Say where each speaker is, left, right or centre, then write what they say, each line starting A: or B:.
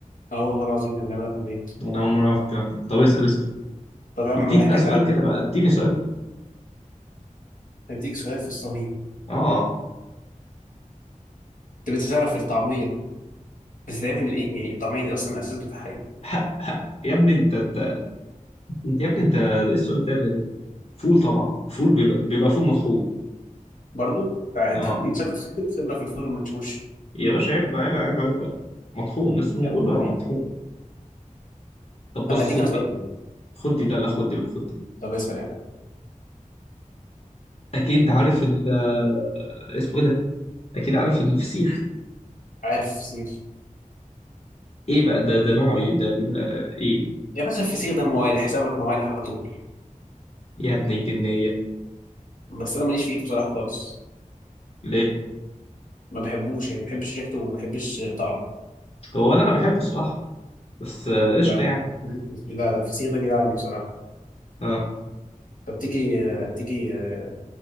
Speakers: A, on the left; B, on the left.
A: اه والله العظيم احنا بنعملها في البيت
B: أنا أول مرة أعرف الكلام ده طب اسأل اسأل
A: طب يا عم
B: اديني
A: حكايه
B: بقى سؤال
A: عادي
B: كده
A: يعني
B: بقى اديني سؤال
A: هديك سؤال في الصميم
B: آه
A: طب انت تعرف الطعميه بتتعمل من ايه؟ يعني الطعميه دي اصلا الاساس بتاعها ايه؟
B: حق حق يا ابني أنت أنت أنت يا ابني أنت ده إيه السؤال التافه ده؟ فول طبعا فول بيبقى, بيبقى فول مطحون
A: برضه تع- انت
B: آه
A: <laughs> أنت شكلك خبره في الفول وما تشوش
B: يا باشا عيب بقى عيب عيب عليك بقى مطحون لسه ما
A: يا ابن
B: بقول
A: اللعيبه
B: لك مطحون طب
A: طب
B: بص
A: هديك
B: خد
A: انا سؤال
B: دي
A: كمان
B: خد دي لا لا خد دي بقى خد دي
A: طب اسال يا عم
B: أكيد عارف ال آه، اسمه إيه ده؟ أكيد عارف الفسيخ
A: عارف سيف
B: ايه بقى ده ده نوعه ايه ده بيبقى ايه
A: يا باشا الفسيخ ده موالح سمك موالح على طول
B: يا ابن الجنية
A: بس انا ماليش فيه بصراحه خالص
B: ليه
A: ما بحبوش يعني ما بحبش ريحته وما بحبش طعمه
B: هو اللي انا بحبه الصراحة بس آه، قشطة
A: لا
B: يعني
A: لا لا الفسيخ ده بيلعني بصراحه
B: اه
A: طب تيجي آه، تيجي آه،